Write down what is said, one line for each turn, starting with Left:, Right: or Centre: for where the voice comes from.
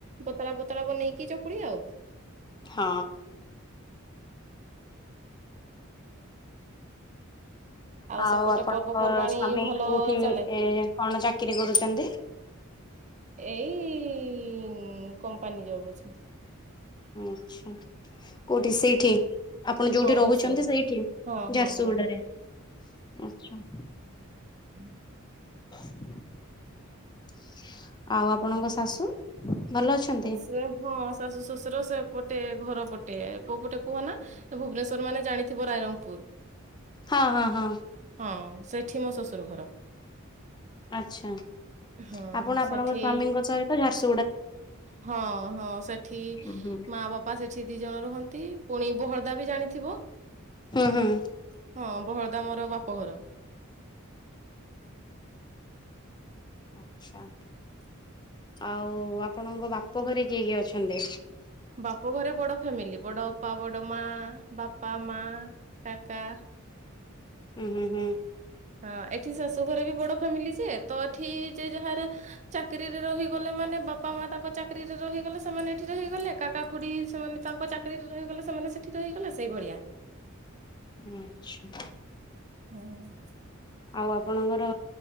Right: ପତଳା ପତଳା ବନେଇକି ଚକୁଳି ଆଉ।
Left: ହଁ। ଆଉ
Right: ସେପଟେ
Left: ଆପଣଙ୍କ
Right: ପର୍ବପର୍ବାଣୀ
Left: ସ୍ଵାମୀ
Right: ଭଲ
Left: କୋଉଠି
Right: ଚାଲେ
Left: କଣ ଚାକିରୀ କରୁଛନ୍ତି?
Right: ଏଇ କମ୍ପାନୀ ଜବ୍ ଅଛନ୍ତି।
Left: ଆଛା। କୋଉଠି ସେଇଠି ଆପଣ ଯୋଉଠି
Right: ଝାରସୁଗୁଡା
Left: ରହୁଛନ୍ତି ସେଇଠି
Right: ହଁ ହଁ
Left: ଝାରସୁଗୁଡାରେ
Right: ହଁ
Left: ଆଛା।
Right: ହୁଁ
Left: <inaudible>
Right: ହଁ
Left: ଶାଶୁ ଭଲ ଅଛନ୍ତି?
Right: ସେ ହଁ ଶାଶୁ ଶଶୁର ସେ ପଟେ ଘର ପଟେ ଗଟେ କୋଉ ପଟେ କୁହନା ଭୁବନେଶ୍ଵର ମାନେ ଜାଣିଥିବ ରାଇରଙ୍ଗପୁର
Left: ହଁ ହଁ ହଁ।
Right: ହଁ ସେଠି ମୋ ଶ୍ୱଶୁର ଘର।
Left: ଆଚ୍ଛା
Right: ହଁ
Left: ଆପଣ ଆପଣଙ୍କ
Right: ସେଠି
Left: ସ୍ଵାମୀଙ୍କ ସହିତ ଝାରସୁ
Right: ହଁ ହଁ ସେଠି
Left: ହୁଁ ହୁଁ।
Right: ମା ବାପା ସେଠି ଦି ଜଣ ରୁହନ୍ତି ପୁଣି ବୋହଳ ସଦା ବି ଜାଣିଥିବ।
Left: ହୁଁ। ହୁଁ
Right: ହଁ ବହଳଦା ମୋର ବାପଘର
Left: ଆଚ୍ଛା। ଆଉ ଆପଣଙ୍କ ବାପ ଘରେ କିଏ କିଏ ଅଛନ୍ତି?
Right: ବାପ ଘରେ ବଡ ଫ୍ୟାମିଲି ବଡ ଅପା ବଡ ମା ବାପା ମା କାକା
Left: ହୁଁ ହୁଁ ହୁଁ।
Right: ହଁ ଏଠି ଶାଶୁ ଘରେ ବି ବଡ ଫ୍ୟାମିଲି ଯେ ତ ଏଠି ଯେ ଯାହାର ଚାକିରିରେ ରହିଗଲେ ମାନେ ବାପା ମା ତାଙ୍କ ଚାକିରିରେ ରହିଗଲେ ସେମାନେ ଏଠି ରହିଗଲେ କାକା ଖୁଡି ସେମାନେ ତାଙ୍କ ଚାକିରିରେ ରହିଗଲେ ସେମାନେ ସେଠି ରହିଗଲେ ସେଇ ଭଳିଆ
Left: ଆଚ୍ଛା।
Right: ହୁଁ।
Left: ଆଉ ଆପଣଙ୍କର